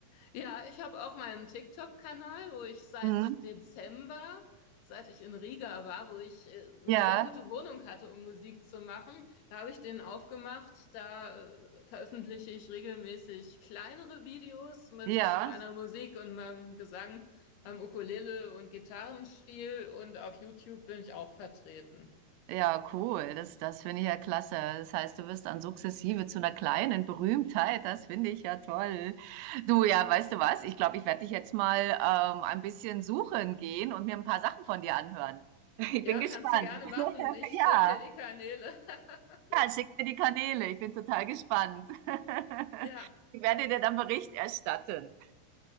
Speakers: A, on the left (about 75°); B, on the right (about 85°).
A: Ja, ich habe auch meinen TikTok-Kanal, wo ich seit
B: Mhm.
A: Dezember, seit ich in Riga war, wo ich äh, eine
B: Ja,
A: sehr gute Wohnung hatte, um Musik zu machen, da habe ich den aufgemacht. Da äh, veröffentliche ich regelmäßig kleinere Videos mit
B: ja.
A: meiner Musik und meinem Gesang, meinem Ukulele und Gitarrenspiel und auf YouTube bin ich auch vertreten.
B: Ja, cool. Das, das finde ich ja klasse. Das heißt, du wirst dann sukzessive zu einer kleinen Berühmtheit. Das finde ich ja toll. Du, ja, weißt du was? Ich glaube, ich werde dich jetzt mal ähm, ein bisschen suchen gehen und mir ein paar Sachen von dir anhören. <laughs> Ich
A: Ja,
B: bin gespannt.
A: kannst du gerne
B: <laughs>
A: machen. Ich
B: Ja,
A: schicke dir die Kanäle. <laughs>
B: ja, schick mir die Kanäle. Ich bin total gespannt. <laughs>
A: Ja,
B: Ich werde dir dann Bericht erstatten.